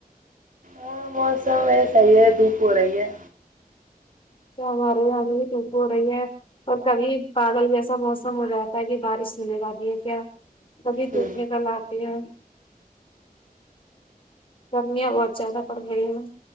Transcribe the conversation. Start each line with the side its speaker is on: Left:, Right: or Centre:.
Right: ہاں موسم میں صحیح ہے دھوپ ہو رہی ہے
Left: تو ہمارے یہاں بھی چپ ہو رہی ہے اور کبھی بادل جیسا موسم ہو رہاتا ہے کہ بارش نہیںل جاتی ہے کیا سبھی ٹوٹنے
Right: ہوں
Left: کا لاتے ہیں گرمیاں بہت زیادہ پڑ رہی ہیں